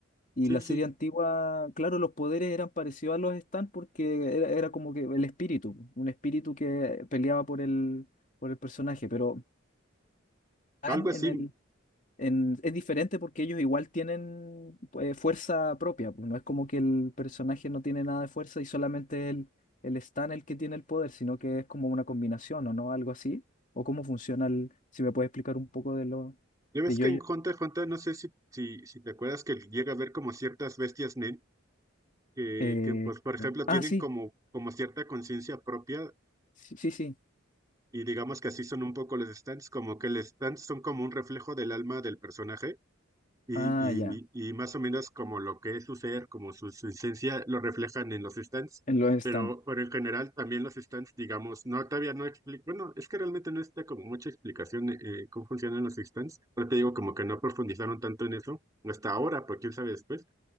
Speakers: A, on the left (about 40°); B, on the right (about 20°).
A: Y
B: sí,
A: la
B: sí.
A: serie antigua, claro, los poderes eran parecidos a los Stan porque era, era como que el espíritu, un espíritu que peleaba por el, por el personaje. Pero Stan
B: Algo así.
A: en el, en- es diferente porque ellos igual tienen eh, fuerza propia, pues, no es como que el personaje no tiene nada de fuerza y solamente el, el Stan el que tiene el poder, sino que es como una combinación o no, algo así, o cómo funciona el, si me puedes explicar un poco de lo
B: Ya ves
A: de yo
B: que en Hunter x Hunter, no sé si, si, si te acuerdas que llega a ver como ciertas bestias Nen, que,
A: Eh,
B: que pues, por ejemplo,
A: eh, ah,
B: tienen
A: sí,
B: como, como cierta conciencia propia,
A: sí, sí, sí,
B: y digamos que así son un poco los stands, como que los stands son como un reflejo del alma del personaje. Y,
A: ah,
B: y,
A: ya,
B: y más o menos como lo que es su ser, como su, su esencia, lo reflejan en los stands,
A: en los
B: pero,
A: Stan,
B: pero en general también los stands, digamos, no, todavía no explico, bueno, es que realmente no está como mucha explicación eh, cómo funcionan los stands, pero te digo como que no profundizaron tanto en eso hasta ahora, porque quién sabe después,